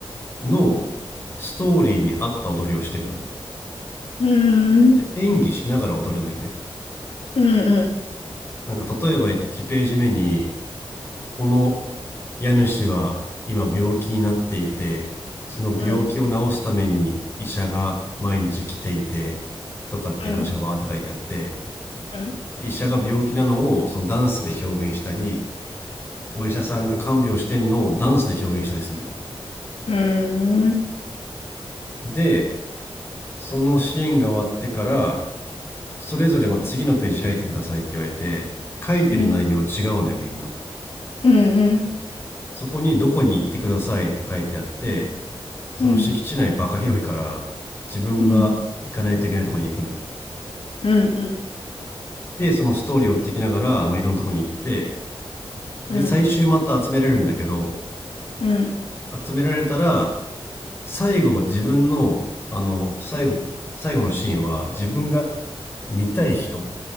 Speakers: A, on the left (about 25°); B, on the left (about 80°).
A: のストーリーに合った踊りをしてるのよ
B: うーん。
A: で演技しながら踊るのよね
B: うん。うん。
A: なんか例えば1ページ目にここの家主は今病気になっていてその病気を治すために医者が毎日来ていて
B: うん。
A: とかっていう話がバーって書いてあって
B: うん。うん。
A: で医者が病気なのをそのダンスで表現したりお医者さんが看病してんのをダンスで表現したりするんだよ
B: うん。
A: でそのシーンが終わってからそれぞれまあ次のページ開いてくださいって言われて書いてる内容違うのよみんな
B: うん。うん。
A: そこに「どこに行ってください」って書いてあってその敷地内バカ広いから自分が行かないといけないとこに行くのよ
B: うん。うん。うん。うん。
A: でそのストーリーを追ってきながら、まあ、いろんなとこに行って
B: うん。
A: で最終また集められるんだけど
B: うん
A: 集められたら最後自分のあの最後最後のシーンは自分が見たい人